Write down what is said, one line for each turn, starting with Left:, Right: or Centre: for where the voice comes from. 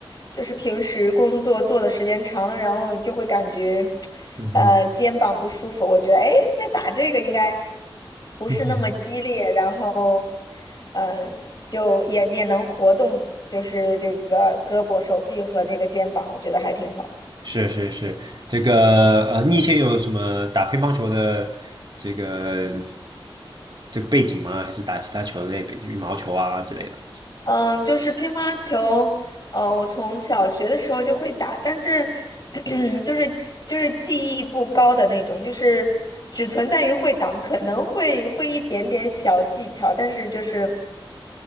Left: 就是平时工作做的时间长了，然后就会感觉
Right: 嗯哼，
Left: 呃肩膀不舒服，我觉得哎，那打这个应该不是那么激烈，
Right: <laughs> 嗯哼
Left: 然后嗯、呃就也也能活动，就是这个胳膊、手臂和这个肩膀，我觉得还挺好的
Right: 是是是，这个呃，你以前有什么打乒乓球的这个这个背景吗？还是打其他球类，比如羽毛球啊之类的？
Left: 嗯，就是乒乓球，呃，我从小学的时候就会打，但是 <clears throat> 就是就是技艺不高的那种，就是只存在于会档，可能会会一点点小技巧，但是就是